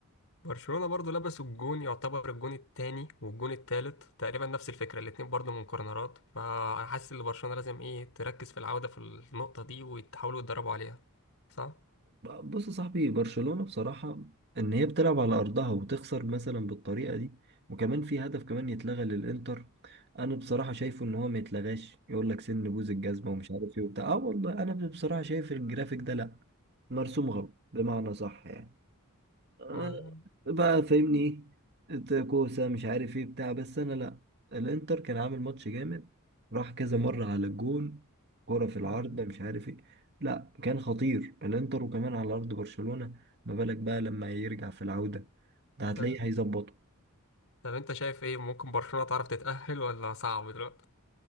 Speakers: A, on the left; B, on the right.
A: برشلونة برضو لبسوا الجون يعتبر الجون التاني والجون التالت تقريبا نفس الفكرة الاتنين برضو من كورنرات فحاسس ان برشلونة لازم ايه تركز في العودة في النقطة دي ويحاولوا يتدربوا عليها صح؟
B: بص يا صاحبي برشلونة بصراحة ان هي بتلعب على ارضها وتخسر مثلا بالطريقة دي وكمان في هدف كمان يتلغى للانتر انا بصراحة شايفه ان هو ما يتلغاش يقول لك سن بوز الجزمة ومش عارف ايه وبتاع اه والله انا بصراحة شايف الجرافيك ده لا مرسوم غلط بمعنى صح يعني آه،
A: م-
B: بقى فاهمني ايه إنت كوسه مش عارف ايه بتاع بس انا لا الانتر كان عامل ماتش جامد راح كذا مره على الجون كرة في العارضه
A: م-
B: مش عارف ايه لا كان خطير الانتر وكمان على ارض برشلونه ما بالك بقى لما يرجع في العوده ده هتلاقيه
A: ط-
B: هيظبطه
A: طب انت شايف ايه ممكن برشلونة تعرف تتأهل ولا صعب دلوقتي؟